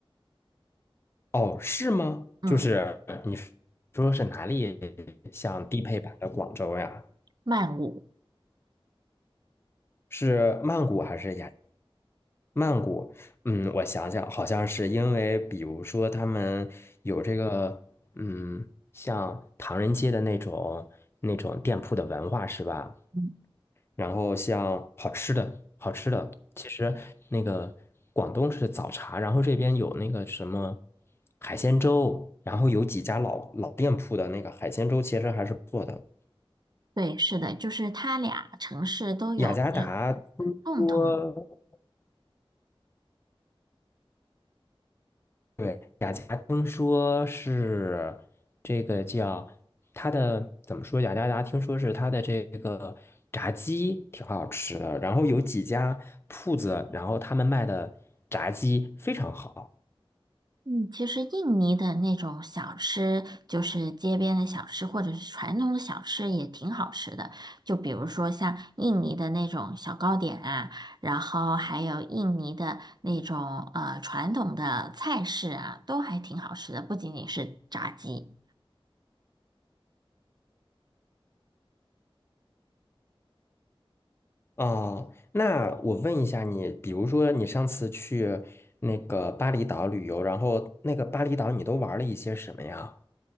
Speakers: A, on the left (about 25°); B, on the right (about 45°).
A: 哦，是吗？
B: 嗯，
A: 就是你说是哪里像低配版的广州呀？
B: 曼谷，
A: 是曼谷还是雅？曼谷，嗯，我想想，好像是因为，比如说他们有这个，嗯，像唐人街的那种那种店铺的文化，是吧？
B: 嗯，
A: 然后像好吃的，好吃的，其实那个广东是早茶，然后这边有那个什么海鲜粥，然后有几家老老店铺的那个海鲜粥，其实还是不错的。
B: 对，是的，就是它俩城市都有一个
A: 雅加达听说，
B: 共同
A: 对，雅加达听说是这个叫它的怎么说？雅加达听说是它的这个炸鸡挺好吃的，然后有几家铺子，然后他们卖的炸鸡非常好。
B: 嗯，其实印尼的那种小吃，就是街边的小吃，或者是传统的小吃，也挺好吃的。就比如说像印尼的那种小糕点啊，然后还有印尼的那种呃传统的菜式啊，都还挺好吃的，不仅仅是炸鸡。
A: 哦，那我问一下你，比如说你上次去那个巴厘岛旅游，然后那个巴厘岛你都玩了一些什么呀？